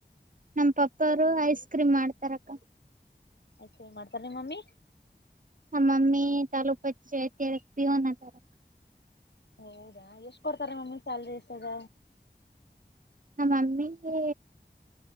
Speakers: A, on the right; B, on the left.
A: ನಮ ಪಪ್ಪರು ಐಸ್ ಕ್ರೀಮ್ ಮಾಡ್ತಾರಕ್ಕ
B: ಆಯ್ತ ಮಾಡ್ತಾರ ನಿಮ್ಮಮ್ಮಿ
A: ಹ ಮಮ್ಮೀ ತಲುು ಪತ್ತು ಅ ಪೀವನ ತಾರ
B: ಹೌದಾ ಎಷ್ಟ್ ಕೊಡ್ತಾರ ಮಮ್ಮಿ ಸ್ಯಾಲ್ರಿ ಎಷ್ಟದ
A: ನಮ್ಮಮ್ಮಿಗೆ